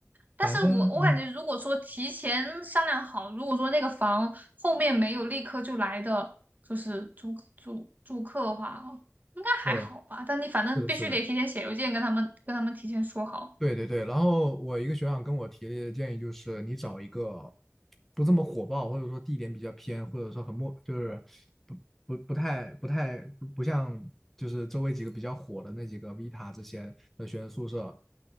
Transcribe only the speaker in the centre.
反正嗯，
对，
是的，是的。对对对，然后我一个学长跟我提的建议就是，你找一个不这么火爆，或者说地点比较偏，或者说很陌，就是不不不太不太不不像就是周围几个比较火的那几个 Vita 这些的学生宿舍，